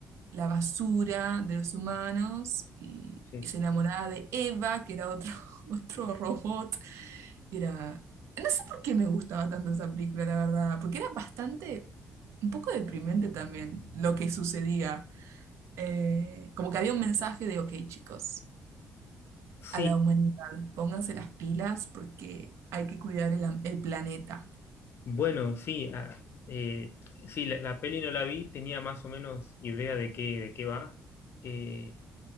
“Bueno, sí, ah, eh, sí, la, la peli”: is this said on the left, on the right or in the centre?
Left